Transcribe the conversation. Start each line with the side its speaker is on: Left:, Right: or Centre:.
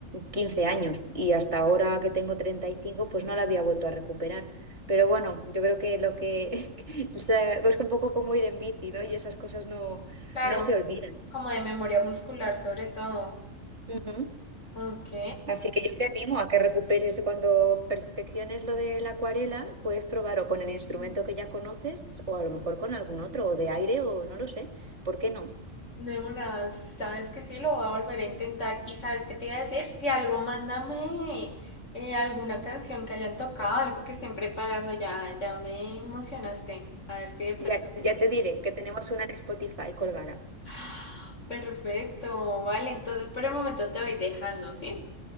Right: 15 años y hasta ahora que tengo 35 pues no la había vuelto a recuperar. Pero bueno, yo creo que lo que <laughs> o sea, es un poco como ir en bici, ¿no? Y esas cosas no,
Left: Claro,
Right: no se olvidan.
Left: como de memoria muscular sobre todo.
Right: Ujú.
Left: Ok.
Right: Así que yo te animo a que recuperes cuando perfecciones lo de la acuarela, puedes probar o con el instrumento
Left: Ujú.
Right: que ya conoces o a lo mejor con algún otro, o de aire o no lo sé, ¿por qué no?
Left: De una, sabes que sí, lo voy a volver a intentar. Y sabes qué te iba a decir, si algo, mándame eh, alguna canción que hayan tocado, algo que estén preparando, ya, ya me emocionaste. A ver si de pronto
Right: Ya,
Left: los escucho.
Right: ya te diré que tenemos una en Spotify colgada.
Left: ¡Ah! <gasps> Perfecto, vale, entonces por el momento te voy dejando, ¿sí?